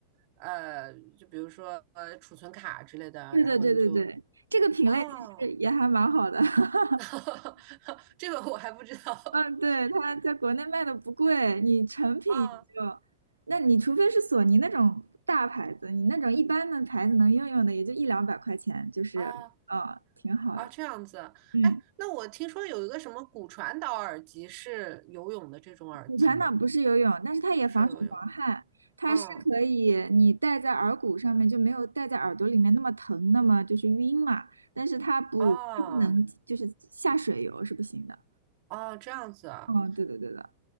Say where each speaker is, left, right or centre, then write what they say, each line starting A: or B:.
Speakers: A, on the right; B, on the right.
A: 呃，就比如说呃储存卡之类的，
B: 对对对对对，
A: 然后你就
B: 这个品类其实也还蛮好的。
A: 哦，
B: <laughs>
A: <laughs> 这个我还不知道。
B: 嗯，
A: <laughs>
B: 对，它在国内卖的不贵，你成品也就，
A: 啊
B: 那你除非是索尼那种大牌子，你那种一般的牌子能用用的也就一两百块钱，就是，
A: 啊
B: 嗯，挺好的。
A: 啊！这样子。
B: 嗯，
A: 哎，那我听说有一个什么骨传导耳机是游泳的这种耳机吗？
B: 骨传导不是游泳，但是它也防水防汗，
A: 不是游泳。
B: 它是可以你戴在耳骨上面就没有戴在耳朵里面那么疼，
A: 嗯，
B: 那么就是晕嘛。但是它不，
A: 哦，
B: 它不能就是下水游是不行的。
A: 哦，这样子啊。
B: 哦，对的对的，